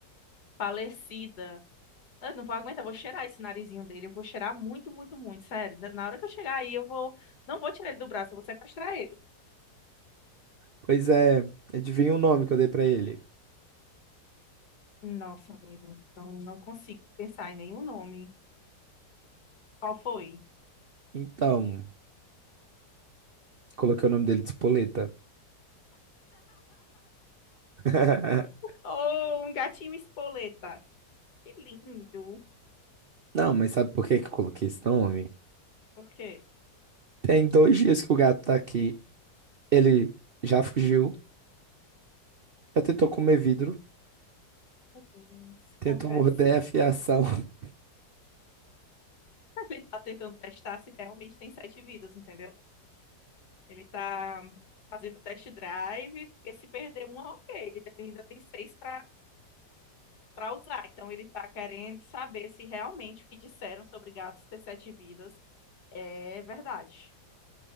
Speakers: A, on the left; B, on the right.
A: falecida. Eu não vou aguentar, eu vou cheirar esse narizinho dele. Eu vou cheirar muito, muito, muito. Sério, da- na hora que eu chegar aí, eu vou. Não vou tirar ele do braço, eu vou sequestrar ele.
B: Pois é, adivinha o nome que eu dei pra ele.
A: Nossa, amigo, não, não consigo pensar em nenhum nome. Qual foi?
B: Então, coloquei o nome dele de Espoleta. <laughs>
A: Oh, um gatinho espoleta. Que lindo.
B: Não, mas sabe por que que eu coloquei esse nome?
A: Por quê?
B: Tem dois dias que o gato tá aqui. Ele já fugiu, já tentou comer vidro,
A: Meu Deus,
B: tentou
A: acontece.
B: morder a fiação. <laughs>
A: <laughs> Ele tá tentando testar se realmente tem sete vidas, entendeu? Ele tá fazendo test drive, porque se perder uma, ok, ele ainda tem seis para para usar. Então ele tá querendo saber se realmente o que disseram sobre gatos ter sete vidas é verdade.